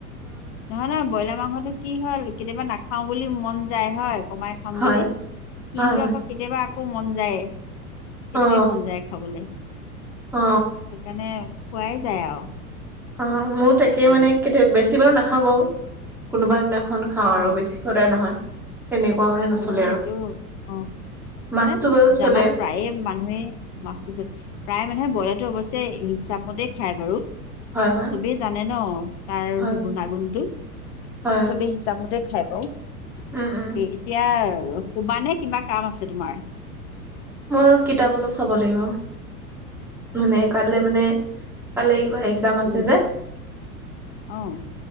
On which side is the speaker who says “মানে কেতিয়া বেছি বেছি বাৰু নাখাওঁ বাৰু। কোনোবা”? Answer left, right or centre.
Centre